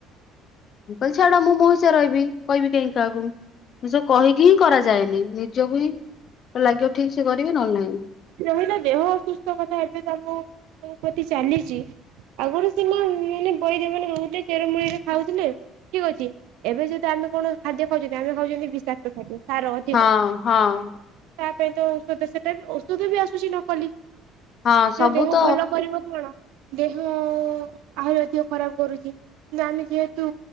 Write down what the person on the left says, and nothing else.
ମୁଁ କହିଲି ଛାଡ, ମୁଁ ମୋ ହିସାବରେ ରହିବି, କହିବି କାହିଁ କାହାକୁ? ଏସବ୍ କହିକି ହିଁ କରାଯାଏନି। ନିଜକୁ ହିଁ ଲାଗିବ ଠିକ୍ ସେ କରିବେ ନହେଲେ ନାହିଁ।
ହଁ ହଁ
ହଁ ସବୁ
ତ